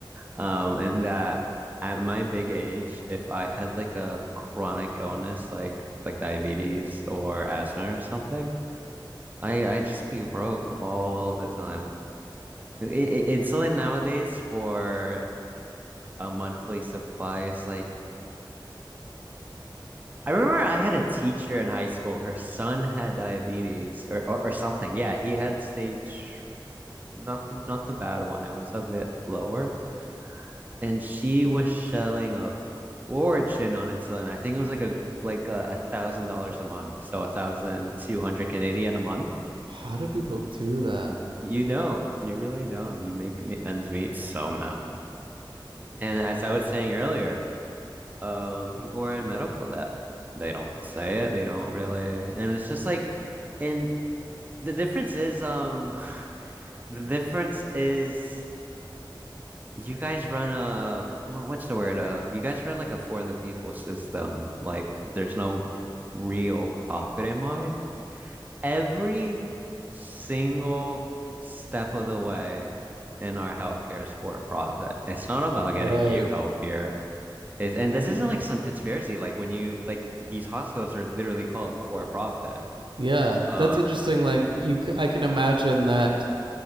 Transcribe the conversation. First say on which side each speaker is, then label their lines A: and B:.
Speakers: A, on the right (about 20°); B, on the right (about 75°).
A: Um, and that at my big age, if I had like a chronic illness like like diabetes or asthma or something, I I just be broke all the time. I- I- insulin nowadays for a monthly supply is like I remember I had a teacher in high school. Her son had diabetes or, or, or something. Yeah, he had stage not the not the bad one. It was a bit lower. and she was selling a fortune on insulin. I think it was like a like a thousand dollars a month, so a thousand two hundred Canadian a month.
B: How do people do that?
A: You don't, you really don't. You make ends meet somehow. And as I was saying earlier, um, people are in medical debt. They don't say it. They don't really, and it's just like, and the difference is, um, <sighs> the difference is You guys run a wha- what's the word? Uh, you guys run like a for the people system. Like there's no p- real profit in mind. Every single step of the way in our healthcare is for profit. It's not about getting
B: Right.
A: you healthier. It's, and this
B: Y-
A: isn't like some conspiracy. Like when you like these hospitals are literally called for profit.
B: Yeah,
A: Uh,
B: that's interesting. Like, you, c- I can imagine that